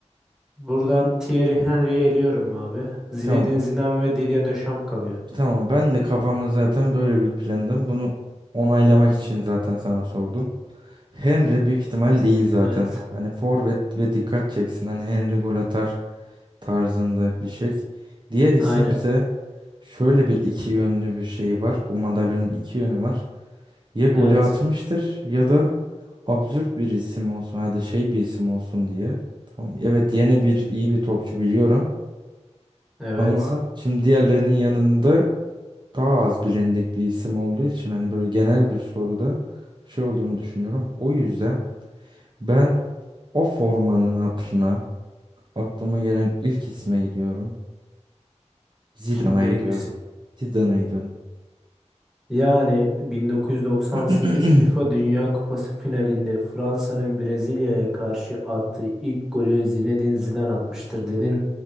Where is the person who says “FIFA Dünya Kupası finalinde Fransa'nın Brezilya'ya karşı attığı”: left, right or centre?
Centre